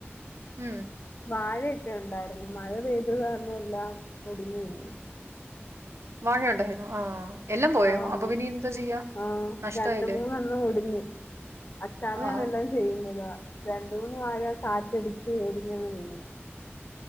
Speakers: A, on the right (about 80°); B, on the left (about 50°).
A: ഉം
B: വാഴയൊക്കെ ഉണ്ടായിരുന്നു മഴ പെയ്തതാരണം എല്ലാം ഒടിഞ്ഞ് വീണു
A: വാഴ ഉണ്ടായിരുന്നു ആഹ് എല്ലാം പോയോ
B: ആഹ്
A: അപവിനിയന്ത ചെയ്യാ
B: ആഹ്
A: നഷ്ടമായി
B: രണ്ട് മൂന്നാണം ഓടിഞ്ഞു അച്ചാമയണല്ലാം
A: ആഹാ
B: ചെയ്യുന്നത് രണ്ട മൂന്ന് വാഴ കാറ്റടിച്ച് ഓടിഞ്ഞാണ് വീണു